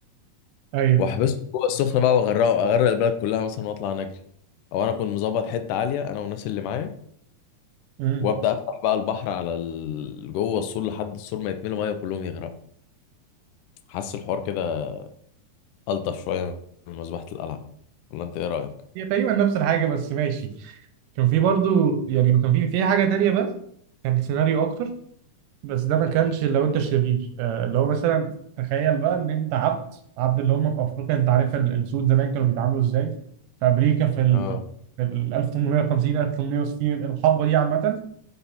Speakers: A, on the right (about 80°); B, on the left (about 80°).
A: أيوه
B: واحبسهم جوه السخنه بقى واغرقه اغرق البلد كلها مثلا واطلع نجري او انا كنت مظبط حته عاليه انا والناس اللي معايا
A: أمم.
B: وابدا افتح بقى البحر على ال... جوه السور لحد السور ما يتملوا ميه وكلهم يغرقوا حاسس الحوار كده الطف شويه من مذبحه القلعه ولا انت ايه رايك؟
A: هي تقريبا نفس الحاجة بس ماشي كان في برضو يعني كان في في حاجة تانية بقى كان سيناريو أكتر بس ده ما كانش لو انت شرير آه، اللي هو مثلا تخيل بقى ان انت عبد عبد اللي هم في افريقيا انت عارف ال- السود زمان كانوا بيتعاملوا ازاي في امريكا في ال
B: اه
A: في ال 1850 1860 الحقبه دي عامه